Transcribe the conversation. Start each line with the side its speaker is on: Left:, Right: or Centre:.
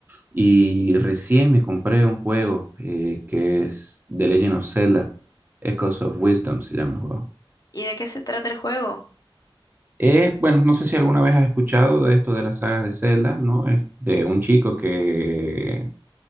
Right: y recién me compré un juego eh, que es The Legend of Zelda, Echoes of Wisdom se llama el juego.
Left: ¿Y de qué se trata el juego?
Right: Eh, bueno, no sé si alguna vez has escuchado de esto de las sagas de Zelda, ¿no? Es de un chico que